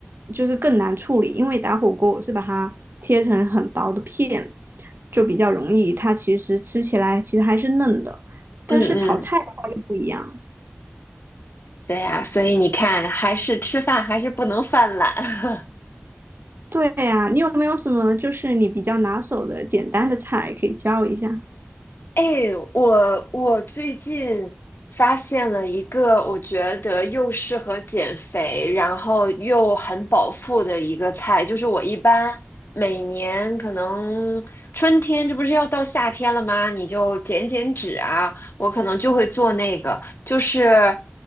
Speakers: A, on the right; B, on the left.
A: 就是更难处理，因为打火锅我是把它切成很薄的片，就比较容易，它其实吃起来其实还是嫩的，但是炒菜的话就不一样。
B: 嗯嗯，对呀，所以你看，还是吃饭还是不能犯懒。<laughs>
A: 对呀，你有没有什么就是你比较拿手的简单的菜可以教一下？
B: 哎，我我最近发现了一个我觉得又适合减肥，然后又很饱腹的一个菜，就是我一般每年可能春天，这不是要到夏天了吗？你就减减脂啊，我可能就会做那个，就是